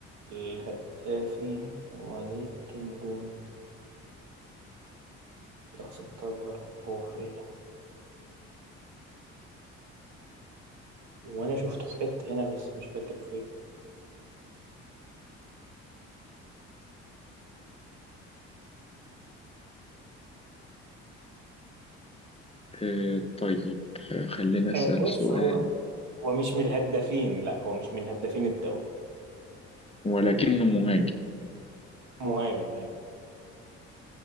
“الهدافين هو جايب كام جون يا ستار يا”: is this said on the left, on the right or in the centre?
Right